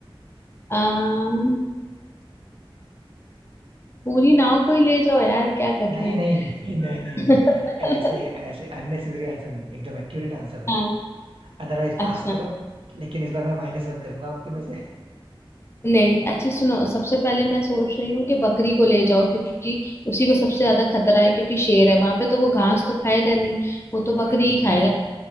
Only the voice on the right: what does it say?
नहीं
नहीं नहीं नहीं नहीं
नहीं ऐसे ऐसे अननेसेसरी आंसर नहीं एकदम एक्यूरेट आंसर दो
अदरवाइज
पास करो लेकिन इस बार मैं माइनस वन करूंगा आपके में से
हाँ
ठीक
है